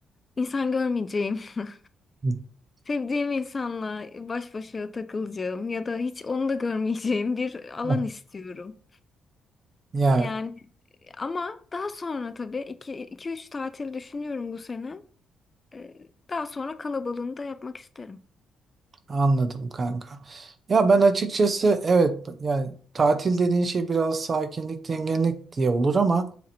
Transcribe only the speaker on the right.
<laughs>
Hı.
Ya
anladım kanka. Ya ben açıkçası evet yani tatil dediğin şey biraz sakinlik, dinginlik diye olur ama